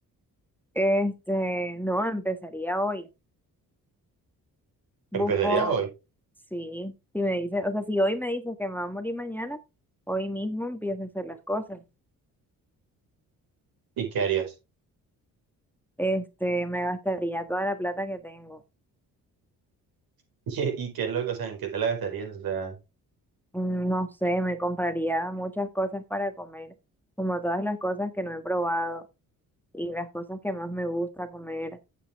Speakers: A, in the centre; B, on the right.
A: Este, no, empezaría hoy. Busco,
B: ¿Empezarías hoy?
A: sí, si me dices, o sea, si hoy me dices que me va a morir mañana, hoy mismo empiezo a hacer las cosas.
B: ¿Y qué harías?
A: Este, me gastaría toda la plata que tengo.
B: <laughs> ¿Y, y qué es lo, o sea, en qué te la gastarías? O sea,
A: Mm, No sé, me compraría muchas cosas para comer, como todas las cosas que no he probado y las cosas que más me gusta comer.